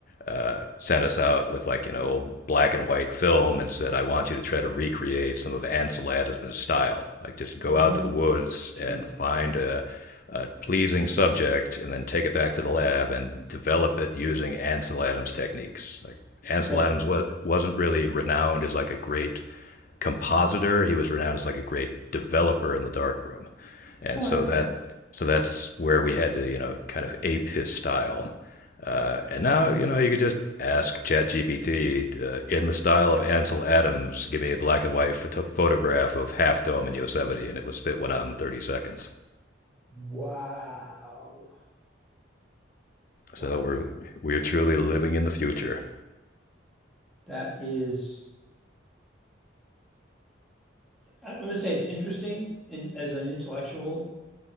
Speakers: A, on the left; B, in the centre.
A: uh, sent us out with like you know black and white film and said, "I want you to try to recreate some of Ansel Adams' style. Like just go
B: mhm,
A: out to the woods
B: sure,
A: and find a, a pleasing subject, and then take it back to the lab and develop it using Ansel Adams techniques. Like Ansel
B: right.
A: Adams wasn't really renowned as like a great compositor. He was renowned as like a great developer in the darkroom, and
B: Oh,
A: so
B: I didn't know
A: that
B: that.
A: so that's where we had to you know kind of ape his style. Uh, and now you know you could just ask ChatGPT uh, in the style of Ansel Adams, give me a black and white photo- photograph of Half Dome in Yosemite, and it would spit one out in 30 seconds.
B: Wow.
A: So
B: Wow.
A: we're we're truly living in the future.
B: That is, I'm going to say it's interesting in, as an intellectual